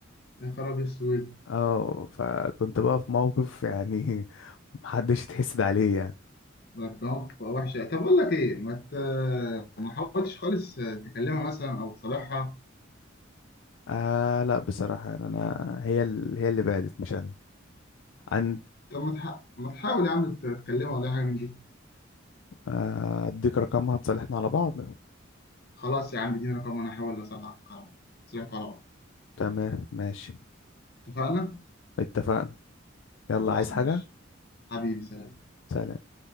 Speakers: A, on the left; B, on the left.
A: يا خراب اسود
B: اه فكنت بقى في موقف يعني <laughs> محدش يتحسد عليه يعني
A: ده أنت موقف وحش طب اقول لك ايه ما ت- ما حاولتش خالص تكلمها مثلا او تصالحها
B: آه لا بصراحه يعني انا هي ال... هي اللي بعدت مش انا عن
A: طب ما تح- ما تحاول يا عم تت- تكلمه ولا حاجه من دي
B: آه، اديك رقمها تصالحنا على بعض
A: خلاص يا عم اديني رقم وانا هحاول اصلحك على- اصلحك على بعض
B: تمام ماشي
A: اتفقنا
B: اتفقنا يلا
A: خلاص
B: عايز حاجه
A: ماشي حبيبي سلام
B: سلام